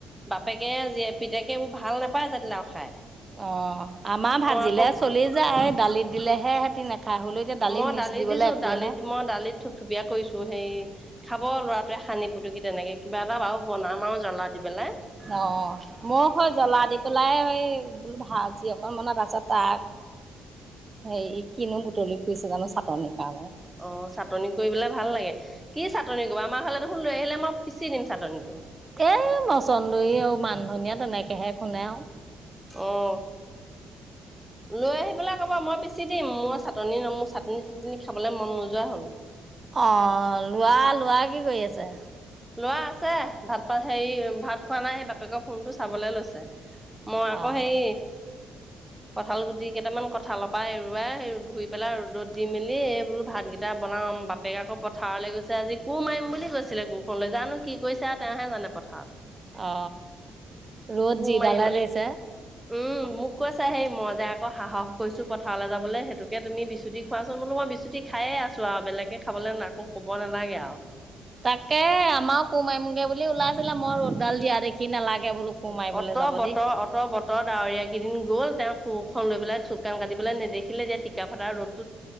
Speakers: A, in the centre; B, on the right.
A: বাপেকে জী পিতেকে এইবোৰ ভাল নাপায় জাতি লাও খাই।
B: অ' আমাৰ ভাজিলে
A: মই আকৌ
B: চলি যায় দালিত দিলেহে সেহতি নাখায়। হ'লেও এতিয়া দালিত
A: মই
B: মিক্স
A: দালি
B: দিবলৈ
A: দিছো
B: একোৱেই
A: দালিত
B: নাই।
A: মই দালিত থুপথুপিয়া কৰিছো হেই খাব ল'ৰাটোৱে সানি পুতকি তেনেকে কিবা এটা বাৰু বনাম আৰু জ্বলা দি পেলাই
B: অ' মোক স জ্বলা দি পেলাই সেই বোলো ভাজি অকনমানৰ পাছত হেৰি কিনো বুটলি ফুৰিছে জানো চাটনিৰ কাৰণে।
A: অ' চাটনি কৰিবলে ভাল লাগে কি চাটনি কৰিবা আমাৰ ঘৰ দেখুল লৈ আহিলে মই পিচি দিম চাটনিটো।
B: এ মচন্দৰী আৰু মান ধনিয় তেনেকেহে শুনে আৰু
A: আহ। লৈ আহি পেলাই আকব মই পিচি দিম মই চাটনি মোৰ চাটনি খাবলৈ মন নোযোৱা হ'ল।
B: অ লোৱা লোৱা কি কৰি আছে?
A: লৰা আছে ভাত পা হেৰি ভাত খোৱা নাই সেই বাপেক ফোনটো চাবলে লৈছে। মই আকৌ
B: অ'
A: হেৰি কঁঠাল গুটি কেইটামান কঁঠালৰ পৰা এৰুৱাই ধুই পেলাই ৰ'দত দি মেলি এই বোলো ভাতকেইটা এটা বনাও বাপেকে আকৌ পথাৰলৈ গৈছে আজি কোৰ মাৰিম বুলি কৈছিলে কো ফলৈ যানো কি কৰিছে আৰু তেওঁহে জানে পথাৰত
B: অ ৰ'দ
A: কোৰ
B: যি
A: মাৰিব
B: ডালহে দিছে
A: উম মোক কৈছো হেই মই যে আকৌ সাহস কৰিছো পথাৰলৈ যাবলৈ সেইটোকে তুমি বিচুতি খুৱোৱাচোন বোলো মই ম বিচুতি খায়ে আছো আৰু বেলেগে খাবলৈ আকৌ কব নালাগে আৰু
B: তাকে আমাৰ কোমাৰিমগে বুলি ওলাইছিলে মই ৰ'দডাল দিয়া দেখি নালাগে বোলো কোৰ
A: অ
B: মাৰিবলৈ
A: অত
B: যাব
A: বতৰ
B: দেই।
A: অত বতৰ ডাৱৰীয় কেইদিন গ'ল তেওঁ কুখনন লৈ পেলাই চুকান কাটি দেখিলে যে টিকা ফটা ৰ'দ